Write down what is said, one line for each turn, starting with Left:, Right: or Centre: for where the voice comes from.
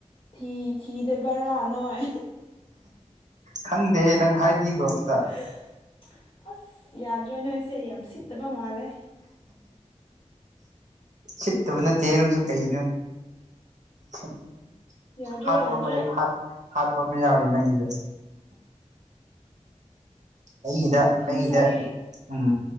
Left: ꯊꯤ ꯊꯤꯗꯕꯔꯥ ꯅꯣꯏ
Right: ꯈꯪꯗꯦꯍꯦ ꯅꯪ ꯍꯥꯏꯕꯤꯒꯣ ꯑꯝꯇ
Left: <unintelligible> ꯑꯁ ꯌꯥꯗ꯭ꯔꯦ ꯅꯣꯏꯁꯦ ꯌꯥꯝ ꯁꯤꯠꯇꯕ ꯃꯥꯜꯂꯦ
Right: ꯁꯤꯠꯇꯕ ꯅꯠꯇꯦꯍꯦ ꯅꯪꯁꯨ ꯀꯩꯅꯣ <unintelligible>
Left: ꯌꯥꯗ꯭ꯔꯦ
Right: ꯍꯥꯞꯄꯨ
Left: ꯌꯥꯗ꯭ꯔꯦ
Right: ꯃꯩ ꯍꯥꯞ ꯍꯥꯠꯄꯃ ꯌꯥꯎꯔꯤ ꯅꯪꯒꯤꯗꯨ ꯑꯩꯒꯤꯗ
Left: ꯄꯥꯈꯪ
Right: ꯑꯩꯒꯤꯗ
Left: ꯁꯥꯔꯤ
Right: ꯎꯝ